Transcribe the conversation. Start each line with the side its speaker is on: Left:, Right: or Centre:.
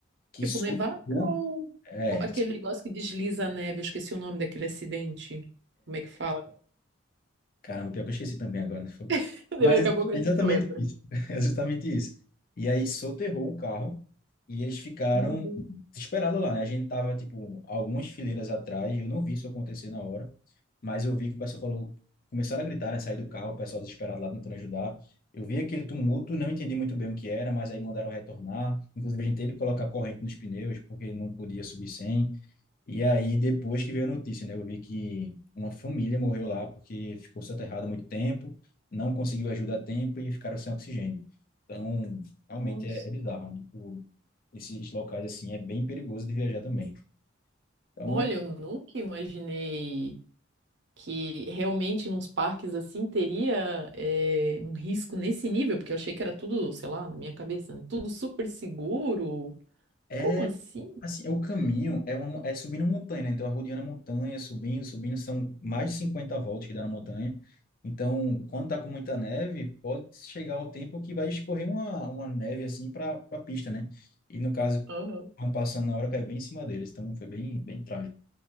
Left: que
Right: Tipo,
Left: soltou,
Right: nevasca ou
Left: é,
Right: aquele negócio que desliza a neve? Eu esqueci o nome daquele acidente. Como é que fala?
Left: Caramba, pior que eu esqueci também agora. né? Foi-
Right: <laughs>
Left: Mas
Right: Daqui
Left: é
Right: a pouco a
Left: é
Right: gente
Left: exatamente
Right: lembra.
Left: isso. <laughs> É exatamente isso. E aí soterrou o carro e eles ficaram
Right: Meu Deus.
Left: desesperados lá, né? A gente tava, tipo, algumas fileiras atrás, eu não vi isso acontecer na hora, mas eu vi que o pessoal falou, começaram a gritar, né? Sair do carro, o pessoal desesperado lá tentando ajudar. Eu vi aquele tumulto, não entendi muito bem o que era, mas aí mandaram retornar. Inclusive, a gente teve que colocar corrente nos pneus, porque não podia subir sem. E aí, depois que veio a notícia, né? Eu vi que uma família morreu lá porque ficou soterrada há muito tempo, não conseguiu ajuda a tempo e ficaram sem oxigênio. Então, realmente
Right: Nossa.
Left: é, é bizarro, né? O, esses locais, assim, é bem perigoso de viajar também. Então,
Right: Olha, eu nunca imaginei que realmente nos parques assim teria eh, um risco nesse nível, porque eu achei que era tudo, sei lá, na minha cabeça, né? Tudo super seguro.
Left: é,
Right: Como assim?
Left: Assim, é o caminho é, uma, mo- é subindo uma montanha, né? Então, arrodeando a montanha, subindo, subindo, são mais de 50 voltas que dá na montanha. Então, quando tá com muita neve, pode chegar o tempo que vai escorrer uma, uma neve, assim, para a pista, né? E, no caso,
Right: Aham.
Left: vão passando na hora, caiu bem em cima deles. Então, foi bem, bem trágico.